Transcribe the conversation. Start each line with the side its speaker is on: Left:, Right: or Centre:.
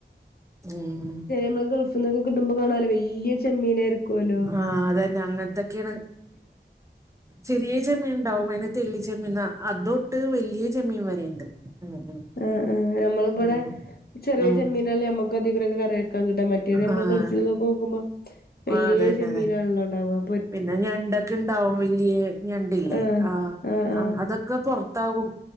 Right: ഉം
Left: നമ്മുള് ഗൾഫിനിന്നൊക്കെ കിട്ടുമ്പോ കാണാലോ വല്ല്യയ ചെമ്മീനായിരിക്കുവല്ലോ
Right: ആഹ് അതന്നെ അങ്ങനത്തൊക്കെയാണ് ചെറിയ ചെമ്മീൻണ്ടാവും അനെ തെ ള്ളി ചെമ്മീന്നാ അതൊ ട്ട് വലിയ ചെമീൻ വരെ ഇണ്ട് ഉം ഉം
Left: ആ ആ നമ്മള് ഇബടെ
Right: ഉം
Left: ചെറിയ
Right: ഉം
Left: ചെമ്മീനല്ലേ നമ്മക്ക് അധികം ഇവിടെക്കെ കറി കിട്ട മറ്റേത് നമ്മള്
Right: ആഹ്
Left: ഗൾഫിൽ നിന്നൊക്കെ നോക്കുമ്പോ വലിയ
Right: ആഹ് അതന്നെ
Left: ചെമ്മീനാണല്ലോ
Right: അതെ
Left: ഇണ്ടാവുക
Right: പിന്നെ ഞണ്ടൊക്കെ ഇണ്ടാവും വലിയ ഞണ്ടല്ലേ
Left: ആഹ്
Right: ആ
Left: ആഹ് ആഹ്
Right: അതൊക്കെ പുറ ത്താകും